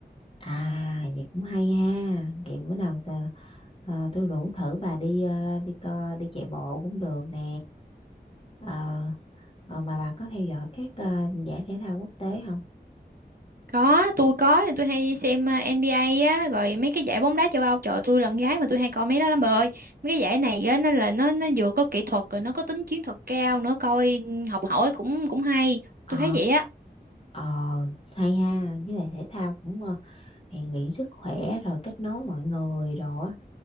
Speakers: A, on the left (about 35°); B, on the right (about 60°).
A: À, vậy cũng hay ha. Kiểu bữa nào tờ- à, tôi rủ thử bà đi à, đi co, đi chạy bộ cũng được nè. Ờ, ờ, mà bà có theo dõi các ờ, giải thể thao quốc tế không?
B: Có, tôi có, tôi hay xem ờ, NBA á, rồi mấy cái giải bóng đá châu Âu, trời ơi, tôi là con gái mà tôi hay coi mấy đó lắm bà ơi. Mấy cái giải này á, nó là nó nó vừa có kỹ thuật rồi nó có tính chiến thuật cao nữa, coi học hỏi cũng cũng hay.
A: Ờ,
B: Tôi thấy vậy á.
A: ờ, hay ha, với lại thể thao cũng ờ, rèn luyện sức khỏe rồi kết nối mọi người rồi á,